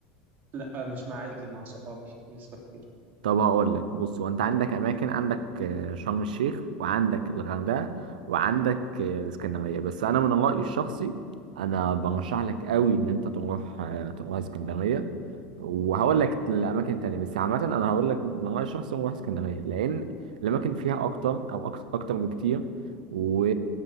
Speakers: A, on the right; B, on the right.
A: لأ مش مع عيلتي مع صحابي نسبة كبيرة
B: طب هقول لك بص هو انت عندك اماكن عندك آه، شرم الشيخ وعندك الغردقه وعندك آه، الاسكندريه بس انا من رايي الشخصي انا برشح لك قوي ان انت تروح آه، تروح اسكندريه وهقول لك الاماكن التانيه بس عامه انا هقول لك من رايي الشخصي نروح اسكندريه لان الاماكن فيها اكتر او أكتر, اكتر بكتير و...